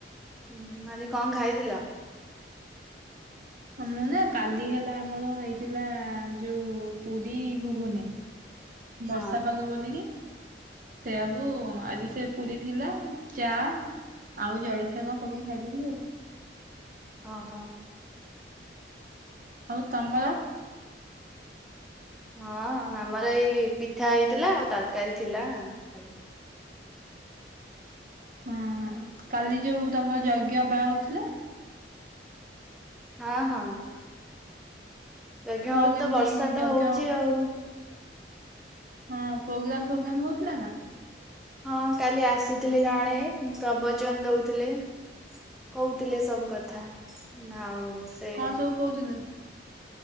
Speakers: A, in the centre; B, on the right.
A: ହୁଁ ହୁଁ ଆଜି କଣ ଖାଇଥିଲ?
B: ହଁ ମୁଁ ନା କାଲି ହେଲା ଆମର ହେଇଥିଲା ଯୋଉ ପୁରୀ ଗୁଗୁନି।
A: ହଁ
B: ବର୍ଷା ପାଗ ବୋଲିକି। ସେଇଆକୁ ଆଜି ସେ ପୁରୀ ଥିଲା ଚା ଆଉ ଜଳଖିଆ କଣ ପକେଇକି ଖାଇଦେଲି ଆଉ।
A: ଅହ।
B: ଆଉ ତମର?
A: ହଁ ଆମର ଏଇ ପିଠା ହେଇଥିଲା ଆଉ ତରକାରୀ ଥିଲା ଖାଇଲି।
B: ହଁ କାଲି ଯୋଉ ତମ ଯଜ୍ଞ ବା ହଉଥିଲା।
A: ହଁ ହଁ। ଯଜ୍ଞ
B: କଣ
A: ହଉଚି
B: କେମିତି
A: ତ ବର୍ଷା
B: ଯଜ୍ଞ
A: ତ ହଉଚି ଆଉ।
B: ହଁ ପ୍ରୋଗ୍ରାମ ଫୋଗ୍ରାାମ ହଉଥିଲା ନା।
A: ହଁ କାଲି ଆସିଥିଲେ ଜଣେ ପ୍ରବଚନ ଦଉଥିଲେ। କହୁଥିଲେ ସବୁ କଥା ନା ଆଉ। ସେ
B: କଣ ସବୁ କହୁଥିଲେ।